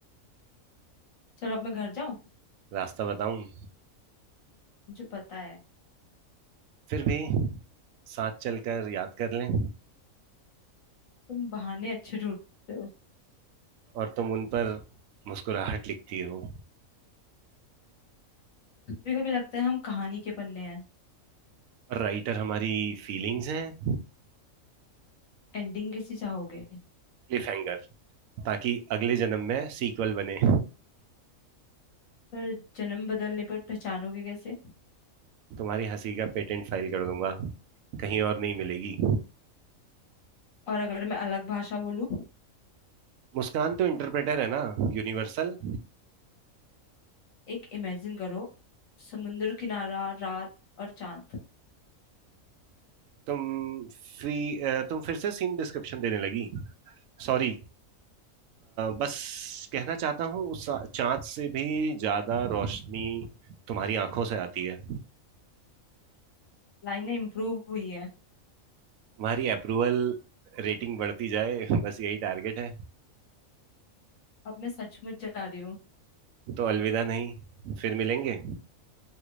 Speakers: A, on the left; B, on the right.
A: चलो अब मैं घर जाऊं
B: रास्ता बताऊं
A: मुझे पता है
B: फिर भी साथ चलकर याद कर लें
A: तुम बहाने अच्छे ढूंढते हो
B: और तुम उन पर मुस्कुराहट लिखती हो
A: कभी कभी लगता है हम कहानी के पन्ने हैं
B: और राइटर हमारी फीलिंग्स हैं
A: एंडिंग कैसी चाहोगे
B: क्लिफ हैंगर ताकि अगले जन्म में सीक्वल बने
A: पर जन्म बदलने पर पहचानोगे कैसे
B: तुम्हारी हंसी का पेटेंट फाइल कर दूंगा कहीं और नहीं मिलेगी
A: और अगर मैं अलग भाषा बोलूं
B: मुस्कान तो इंटरप्रेटर है ना यूनिवर्सल
A: एक इमेजिन करो समुंदर किनारा रात और चांद
B: तुम फी अ, तुम फिर से सीन डिस्क्रिप्शन देने लगी सॉरी बस कहना चाहता हूँ उस चांद से भी ज्यादा रोशनी तुम्हारी आंखों से आती है
A: लाइनें इम्प्रूव हुई है
B: तुम्हारी अप्रूवल रेटिंग बढ़ती जाए <laughs> बस यही टारगेट है
A: अब मैं सचमुच जा रही हूँ
B: तो अलविदा नहीं फिर मिलेंगे